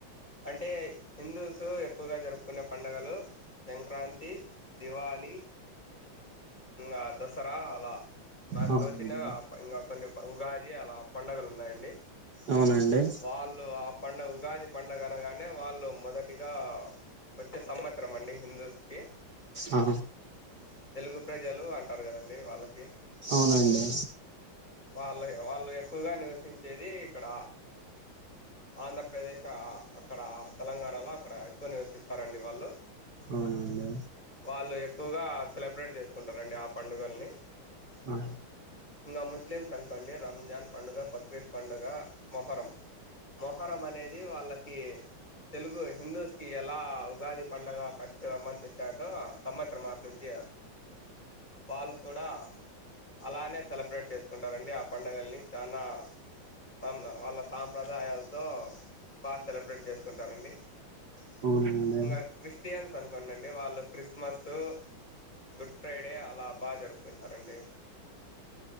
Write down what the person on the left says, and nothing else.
అంటే హిందూ తో ఎక్కువగా జరుపుకునే పండుగలు సంక్రాంతి దివాళి ఇంకా దసరా అలా నాకు
తోచిన ప ఇంకా కొన్నీ ఉగాది అది అలా పండుగలు ఉన్నాయండి.
వాళ్ళు ఆ పండగ ఉగాది పండుగ అనగానే వాళ్ళు మొదటిగా వచ్చే సంవత్సరం అండి హిందూస్ కి
తెలుగు ప్రజలు అం స్తార్ కదండి వాళ్ళకి కి
వాళ్ళై వాళ్ ఎక్కువగా నివసించేది ఇక్కడ ఆంధ్రప్రదేశ్ ఇంక అక్కడ తెలంగాణలో అక్కడ ఎక్కువ నివసిస్తారండి వాళ్ళు
వాళ్ళు ఎక్కువగా సెలబ్రేట్ చేసుకుంటారండి ఆ పండుగల్ని
ఇంగ ముస్లింసం వండి రంజాన్ పండుగ బక్రీద్ పండుగ మొహర్రం మొహర్రం అనేది అది వాళ్ళకి తెలుగు హిందూస్ కి ఎలా ఉగాది పండగ ఫస్ట్ మంత్ స్టార్టో సంవత్సరం మాస నుంచి వాళ్ళు కూడా అలానే సెలబ్రేట్ చేసుకు ఉంటారండి ఆ పండుగల్ని చాలా వాళ్ళ వాళ్ళ సాంప్రదాయాలతో బా సెలబ్రేట్ చేసు చేసుకుంటారండి.
ఇంకా క్రిస్టియన్స్ అనుకోండండి వాళ్ళు క్రిస్మస్సు గుడ్ ఫ్రైడే అలా బా జరుపుకుంటారండి